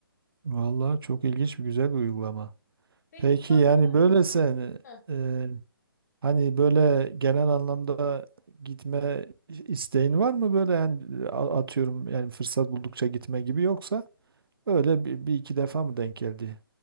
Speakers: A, on the right (about 70°); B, on the left (about 45°).
A: Vallahi çok ilginç bir güzel bir uygulama.
B: Peki
A: Peki
B: kulaklıkla
A: yani
B: müzik...
A: böyle sen
B: Heh.
A: e, hani böyle genel anlamda gitme isteğin var mı böyle yani a- atıyorum yani fırsat buldukça gitme gibi yoksa Öyle bir, bir iki defa mı denk geldi?